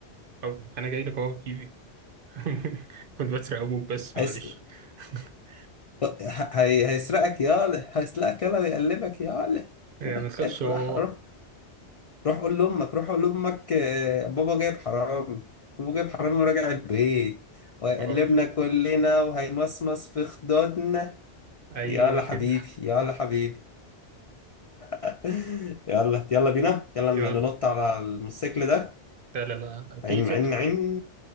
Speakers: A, on the right (about 60°); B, on the left (about 60°).
A: او انا جاي لك اهو يا حبيبي <laughs> كنت بسرق ابوك بس
B: هيس...
A: معلش <laughs>
B: ه- هي... هيسرقك يالا هيسرقك يالا ويقلبك يالا
A: يعني
B: <laughs>
A: ما تخافش
B: افرح
A: هو
B: روح روح قول لامك روح قول لامك آه، بابا جايب حرامي بابا جايب حرامي وراجع البيت وهيقلبنا
A: اه
B: كلنا وهيمصمص في خدودنا
A: ايوه
B: يلا
A: كده
B: حبيبي يلا حبيبي <laughs> يلا يلا بينا يلا ن-
A: يا
B: ننط على الموتوسيكل ده
A: لا لا لا
B: عين
A: في في
B: عين عين